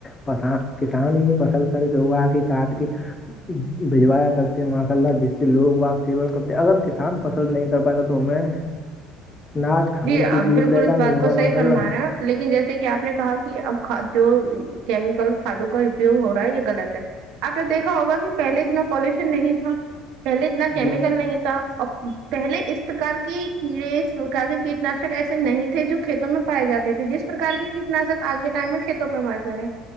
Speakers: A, on the left; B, on the right.
A: پس کسان ہی فصل کرد اگا کے کاٹ کے بھجوایا کرتے ہیں ماشاء اللہ جس سے لوگ سیون کرتے ہیں اگر کسان پسند نہیں کر پائے گا تو ہمیں ناج کھانے
B: جی آپ
A: کے لیے
B: بالکل
A: پیدا
B: اس
A: نہیں
B: بات
A: ہوگا
B: کو صحیح
A: ماشاء
B: فرما
A: اللہ
B: رہے ہیں لیکن جیسے کہ آپ نے کہا کہ اب جو کیمیکل کھادوں کا اپیگ ہو رہا ہے یہ غلط ہے آپ نے دیکھا ہوگا کہ پہلے اتنا پالوشن نہیں تھا پہلے اتنا کیمیکل
A: جی
B: نہیں تھا ا پہلے اس پرکار کی کیڑے اس پرکار کی کیٹ ناشک ایسے نہیں تھے جو کھیتوں میں پائے جاتے تھے جس پرکار کے کیٹناشک آج کے ٹائم میں کھیتوں میں آ جا رہے ہیں